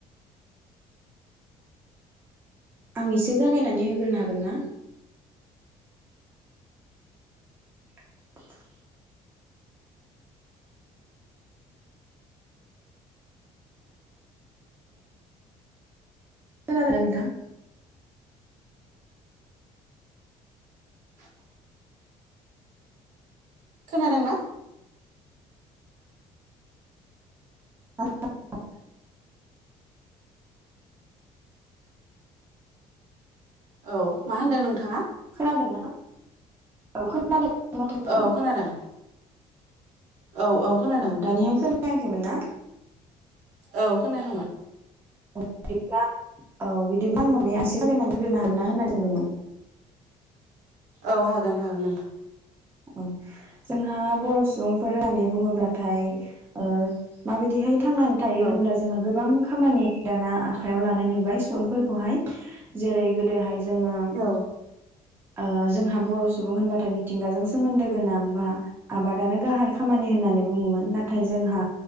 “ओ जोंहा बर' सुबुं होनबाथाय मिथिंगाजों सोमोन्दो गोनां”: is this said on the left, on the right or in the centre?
Right